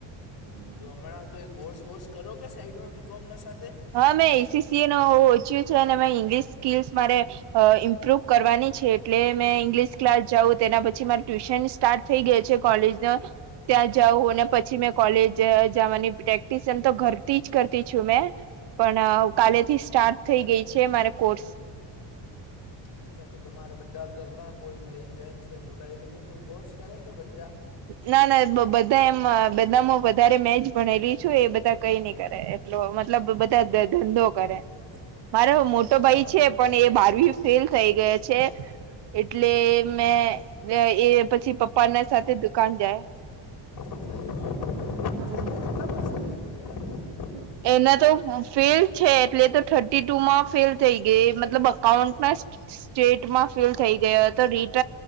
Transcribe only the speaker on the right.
હમ
હહ મેં એસીસીએ નો વોચ્યું છે ને મેં ઈંગ્લિશ સ્કિલ્સ મારે અ ઇમ્પ્રુવ કરવાની છે. એટલે મેં ઇંગ્લિશ ક્લાસ જાઉં તેના પછી માર ટ્યુશન સ્ટાર્ટ થઈ ગયું છે કોલેજનો. ત્યાં જઉં
અને પછી મેં કોલેજ જાવાની પ્રેક્ટિસ એમ તો ઘરથી જ કરતી છું મેં. પણ
કાલેથી સ્ટાર્ટ થઈ ગઈ છે મારે કોર્સ.
ના ના બધા એમ બધામાં વધારે મેજ ભણેલી છું. એ બધા કંઈ ની કરે એ ટલો મતલબ બધા ધંધો કરે.
મારો મોટો
ભાઈ છે, પણ એ બારવી ફેલ થઈ ગયો છે. એટલે મેં એ પછી પપ્પાના સાથે દુ કાન જાય.
હમ
એના તો ફેલ છે, એટલે તો થર્ટી-ટુમાં ફેલ થઈ ગઈ એ મતલબ અકાઉન્ટના સ્ટે સ્ટેટમાં ફેલ થઈ ગયો હતો. રીટ